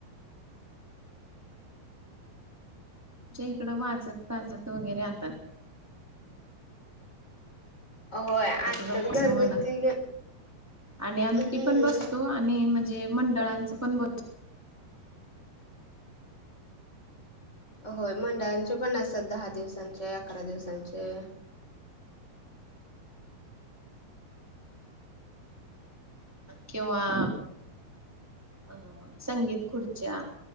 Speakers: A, in the centre; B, on the left.
A: तच्या इकडं वाचत गजत वगैरे आतात
B: होय
A: गणपती
B: आणिंत
A: बाप्पा
B: घरगुती
A: म्हणत आणि आमटी
B: हम्म
A: पण बसतो आणि म्हणजे मंडळांच पण बस
B: होय मंडळांचे पण असत दहा दिवसांचे अकरा दिवसांचे
A: किंवा अ संगीत खुर्च्या